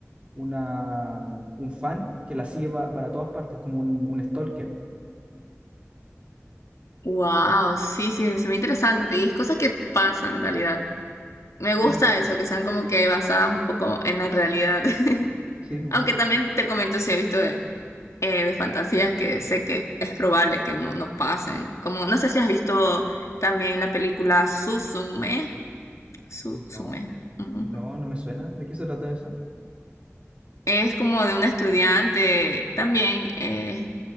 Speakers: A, on the right; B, on the left.
A: una, mm, un fan que la sigue pa- para todas partes, como un, un stalker.
B: Wow, sí, sí, se ve interesante. Y es cosas que pasan en realidad. Me gusta
A: Sí, bu.
B: eso, que sean como que basadas un poco en la realidad.
A: sí, bu.
B: Aunque también te comento si he visto de, eh, de fantasías que sé que es probable que no, no pasen. Como, no sé si has visto también la película Suzume. Su,
A: No,
B: Sume. ujú.
A: no, no me suena. ¿De qué se trata eso?
B: Es como de una estudiante también, eh,